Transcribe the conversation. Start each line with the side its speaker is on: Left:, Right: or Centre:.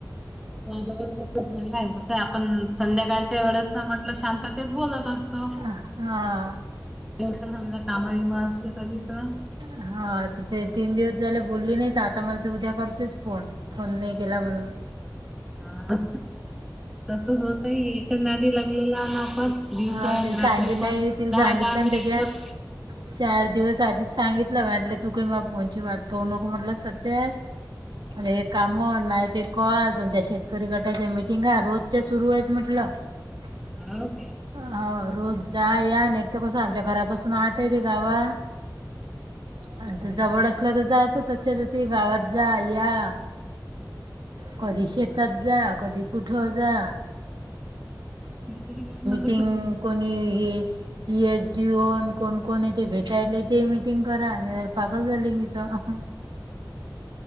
Centre: माझवर सं आपण संध्याकाळच एवढच म्हटलं शांतते बोलत असतो.
Right: हा.
Centre: देव तर समजा कामा विमा असल कधी तर.
Right: हा तर ते तीन दिवस झाले बोलली नाही तर आता मला तू उद्या करतेस फोन फोन नाही केला म्हणून.
Centre: हा तस होतय एक नदी लागलेला आ ना आपण. दिवसा
Right: हा
Centre: आणि
Right: त
Centre: रात्री
Right: सांगितले
Centre: पण
Right: नाही तिला
Centre: दहा
Right: सांगितलं
Centre: दहा
Right: ना
Centre: मिनिट
Right: त्याच्या
Centre: बर
Right: चार दिवस आधीचं सांगितलं वाटलं तू काही फोनची वाट बघू नको म्हटलं सध्या. हे कामून माहिती कॉल त्या शेतकरी गटाच्या मिटिंगा रोजच्या सुरू आहेत म्हटलं. <inaudible>
Centre: ह काय.
Right: हो रोज जा या न तर कसं आमच्या घरापासून आहताय ते गावा.
Centre: हम्म.
Right: आणि जवळ असल्या तर जा तो त्याच्यात ते गावात जा या. कधी शेतात जा, कधी कुठ जा.
Centre: इकरी <unintelligible>
Right: तंग कोणी <unintelligible> कोण कोण भेटायले ते मीटिंग करा पागल झाली. <unintelligible>